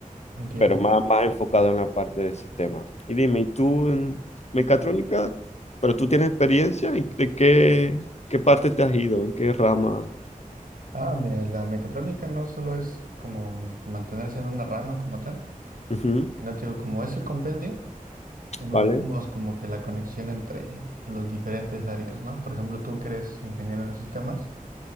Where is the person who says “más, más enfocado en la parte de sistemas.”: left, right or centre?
Left